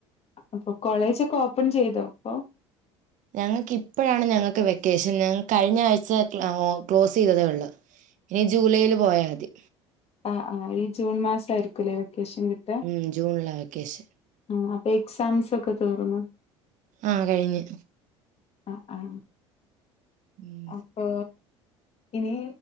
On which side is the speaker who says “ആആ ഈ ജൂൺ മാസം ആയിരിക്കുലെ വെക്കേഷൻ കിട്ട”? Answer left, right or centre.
Left